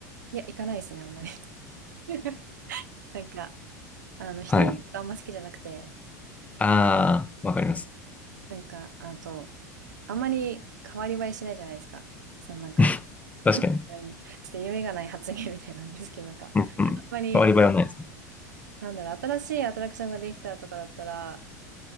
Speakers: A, on the right; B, on the left.
A: いや、行かないですね、あんまり。<laughs> なんか、あの、人多いとこあんま好きじゃなくて、
B: <laughs> はい。ああ、わかります。
A: なんか、あと、あんまり変わり映えしないじゃないですか。そのなんか、
B: <laughs> 確かに。
A: あれちょっと夢がない発言みたいなんですけど、なんか、
B: うんうん。
A: あんまり、
B: 変わり映えはないですね。
A: なんだろう、新しいアトラクションができたとかだったら、